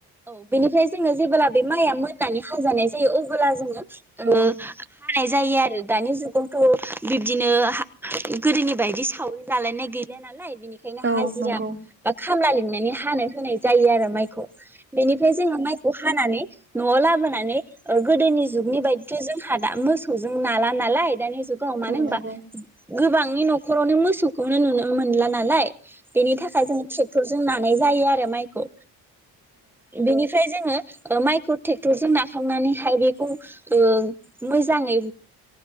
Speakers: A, in the centre; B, on the right.
A: औ बेनिफ्राय जोङो जेबोब्ला बे माइआ मोननानै हजानाय जायो अबोला जोङो। ओ
B: नंगौ
A: हाजानाय जायो आरो दानि जुग गावथ' बिब्दिनो गोदोनि बायदि सावरि जालायनाय गैला नालाय बिनिखायनो
B: औ
A: हाजिरा
B: नंगौ
A: बा खामला लिंनानै हानो होनाय जायो आरो माइखौ। बेनिफ्राय जोंहा माइखौ हानानै न'आव लाबोनानै। ओ गोदोनि जुगनि बायदिथ जों हादा मोसौजों नाला नालाय दानिया जुगाव मानोे
B: औ नंगौ औ नंगौ औ
A: होमबा गोबांनि न'खरावनो मोसौखौनो नुनो मोनला नालाय बेनि थाखाय जों ट्रेक्टर जों ना नाय जायो आरो माइखौ इदिनिफ्राय जोङो ओ माइखौ ट्रेक्टरजों नाखांनानैहाय बेखौ ओ मोजाङै